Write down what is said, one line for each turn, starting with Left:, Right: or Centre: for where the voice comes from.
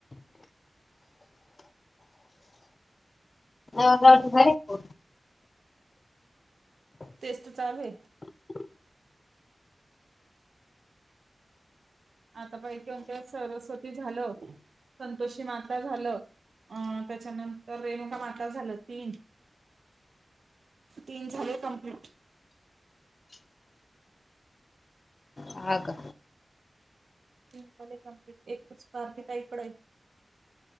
Left: आहेत.
Right: तेच तर चालू आहे. आता सरस्वती झालं संतोषी माता झालं. अं त्याच्यानंतर रेणुका माता झालं तीन. तीन झाले कंप्लीट.
Left: हा का
Right: तीन झाले कमप्लीट एकच स्वाती ताई कड आहे.